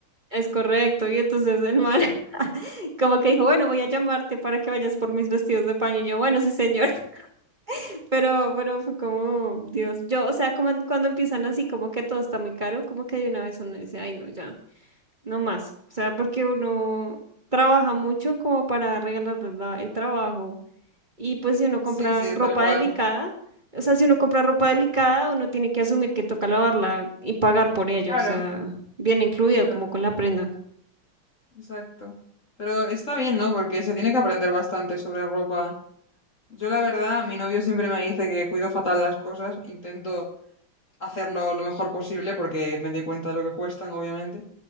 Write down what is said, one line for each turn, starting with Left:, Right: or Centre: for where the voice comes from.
Right: es correcto. Y entonces el man <laughs> como que dijo, bueno, voy a llamarte para que vayas por mis vestidos de paño. Y yo, bueno, sí, señor. <laughs> Pero, pero fue como, Dios, yo, o sea, como en- cuando empiezan así, como que todo está muy caro, como que de una vez uno dice, ay, no, ya, no más. O sea, porque uno trabaja mucho como para regalar el trabajo Y pues si uno compra
Left: Sí, sí,
Right: ropa
Left: tal cual.
Right: delicada, o sea, si uno compra ropa delicada, uno tiene que asumir que toca lavarla y pagar por ello,
Left: Claro,
Right: o sea, viene incluido
Left: claro,
Right: como con la prenda.
Left: exacto. Pero está bien, ¿no? Porque se tiene que aprender bastante sobre ropa. Yo, la verdad, mi novio siempre me dice que cuido fatal las cosas, intento hacerlo lo mejor posible porque me doy cuenta de lo que cuestan, obviamente.